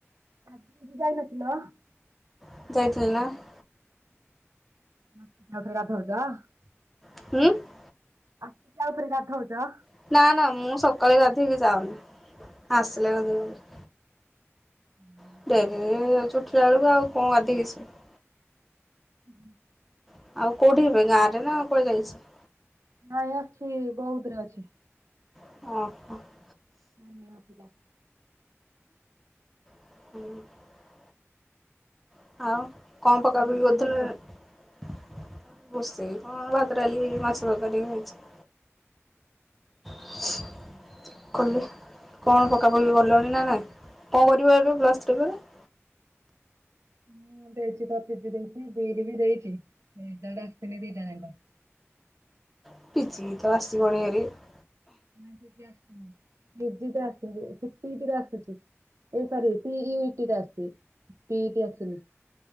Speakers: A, on the right (about 85°); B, in the centre.
A: <inaudible>
B: <inaudible>
A: <inaudible>
B: <inaudible>
A: <inaudible>
B: <inaudible>
A: <inaudible>
B: <inaudible>
A: <inaudible>
B: <inaudible>
A: <inaudible>
B: <inaudible>
A: <inaudible>
B: <inaudible> <inaudible>
A: କଣ ରୋଷେଇ କରିଛ?
B: <inaudible> <inaudible> <inaudible>
A: <inaudible>
B: <inaudible>
A: <inaudible> <inaudible> <inaudible>